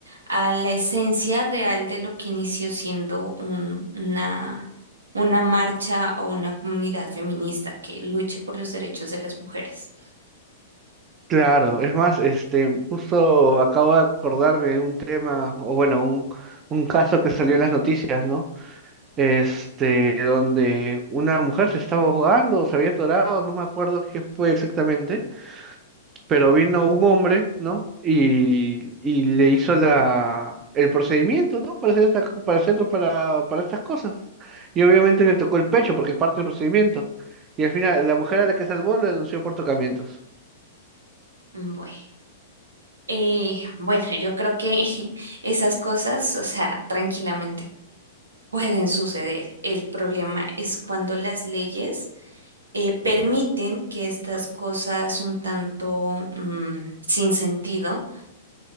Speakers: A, on the right (about 80°); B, on the right (about 30°).
A: a la esencia real de lo que inició siendo un- una una marcha o una comunidad feminista que luche por los derechos de las mujeres.
B: claro. Es más, este, justo acabo de acordarme de un tema, o bueno, un, un caso que salió en las noticias, ¿no? Este, donde una mujer se estaba ahogando, se había atorado, no me acuerdo qué fue exactamente. pero vino un hombre, ¿no? Y, y le hizo la, el procedimiento, ¿no? Para hacer, esta- para hacer- para, para estas cosas. Y obviamente le tocó el pecho porque es parte del procedimiento. Y al final, la mujer a la que salvó lo denunció por tocamientos.
A: Bueno, eh, bueno, yo creo que <laughs> esas cosas, o sea, tranquilamente pueden suceder. El problema es cuando las leyes eh, permiten que estas cosas un tanto mm, sin sentido